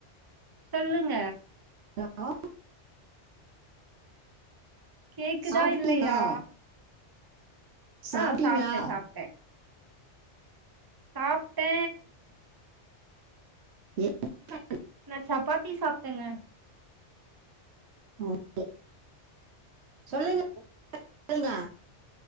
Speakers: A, on the right (about 25°); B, on the right (about 70°).
A: சொல்லுங்க
B: ஹலோ
A: கேக்குதா
B: சாப்ட்டீங்களா
A: இல்லையா
B: சாப்ட்டீங்களா
A: ஆ சாப்பட்டே சாப் சாப்ட்டே
B: எ <unintelligible>
A: நா சப்பாத்தி சாப்பிட்டேங்க
B: ஓகே சொல்லுங்க
A: ஹலோ
B: சொல்லுங்க